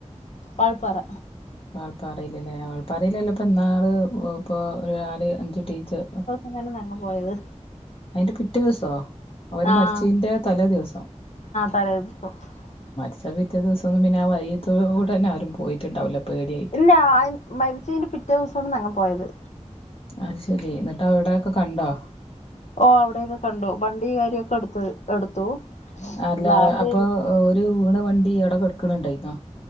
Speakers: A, on the left; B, on the left.
A: വാൾപ്പാറ.
B: വാൾപ്പാറീല് ല്ലേ. വാൾപ്പാറീലല്ലെ ഇപ്പ ഇന്നാള് ഇപ്പൊ ഒരു നാല് അഞ്ച് ടീച്ചർ
A: അതാണ് ഞങ്ങ പോയത്.
B: അയിന്റെ പിറ്റേ ദിവസോ അവര്
A: ആഹ്
B: മരിച്ചതിന്റെ തലേ ദിവസം
A: <unintelligible>
B: ചെലപ്പോ പിറ്റേ ദിവസൊന്നും പിന്നെ ആ വഴീത്തൂക്കുടെ തന്നാരും പോയിട്ട്ണ്ടാവില്ല പേടിയായി
A: ഇല്ലാ അത് മരിച്ചതിന്റെ പിറ്റേ ദിവസമാണ് ഞങ്ങൾ പോയത്
B: അത് ശരി ഇന്നട്ട് അവിടെയൊക്കെ കണ്ടോ
A: ഓഹ് അവിടെയൊക്കെ കണ്ടു വണ്ടി കേറിയേപ്പൊ എടുത് എടുത്തു
B: അല്ലാ
A: ഗ്ലാസ്
B: അപ്പൊ ഓര് വീണ വണ്ടി അവ്ടെ കെടുക്ക്ണ്‌ ണ്ടായിന്നോ